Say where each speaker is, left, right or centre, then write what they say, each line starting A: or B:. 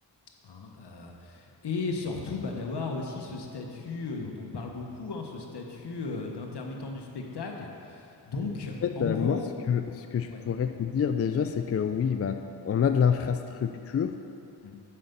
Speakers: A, on the left; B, on the left.
A: hein, euh, et surtout bah, d'avoir aussi ce statut euh, dont on parle beaucoup, hein, ce statut euh, d'intermittent du spectacle. Donc,
B: En fait,
A: en
B: euh,
A: gros,
B: moi, ce que, ce que je
A: ouais.
B: pourrais te dire déjà, c'est que oui, bah, on a de l'infrastructure,
A: Mm,